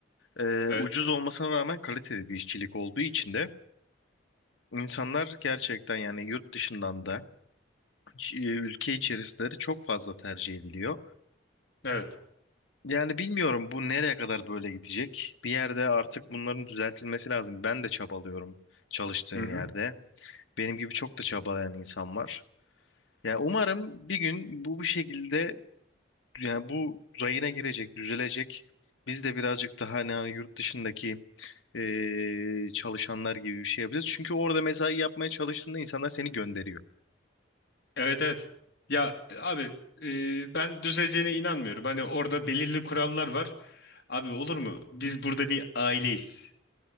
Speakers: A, on the left; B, on the left.
A: E,
B: Evet,
A: ucuz olmasına rağmen kaliteli bir işçilik olduğu için de insanlar gerçekten yani yurt dışından da ç- e, ülke içerisleri çok fazla tercih ediliyor.
B: evet.
A: Yani bilmiyorum bu nereye kadar böyle gidecek. Bir yerde artık bunların düzeltilmesi lazım. Ben de çabalıyorum çalıştığım
B: Hı hı.
A: yerde. Benim gibi çok da çabalayan insan var. Yani umarım bir gün bu bu şekilde yani bu rayına girecek, düzelecek. Biz de birazcık daha hani, hani yurt dışındaki e, çalışanlar gibi bir şey yapacağız. Çünkü orada mesai yapmaya çalıştığında insanlar seni gönderiyor.
B: Evet, evet. Ya e, abi e, ben düzeleceğine inanmıyorum. Hani orada belirli kurallar var. Abi olur mu? Biz burada bir aileyiz.